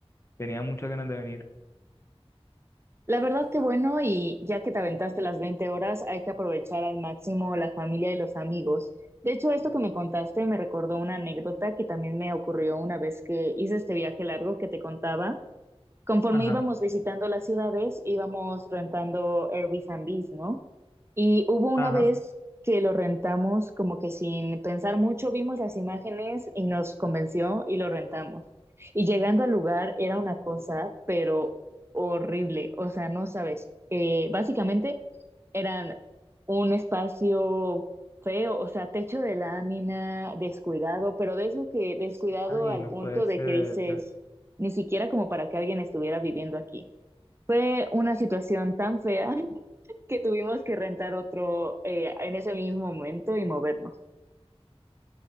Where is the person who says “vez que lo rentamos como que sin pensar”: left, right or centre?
Right